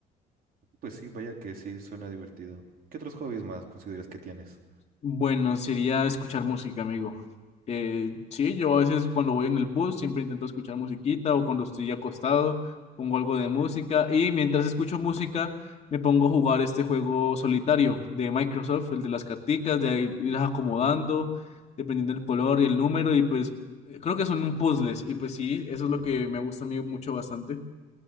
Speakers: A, on the right; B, on the left.
A: Pues sí, vaya que sí, suena divertido. ¿Qué otros hobbies más consideras que tienes?
B: Bueno, sería escuchar música, amigo. Eh, sí, yo a veces cuando voy en el bus siempre intento escuchar musiquita o cuando estoy acostado pongo algo de música y mientras escucho música me pongo a jugar este juego solitario de Microsoft, el de las carticas, de ahí irlas acomodando dependiendo del color y el número y pues eh, creo que son puzzles y pues sí, eso es lo que me gusta a mí mucho bastante.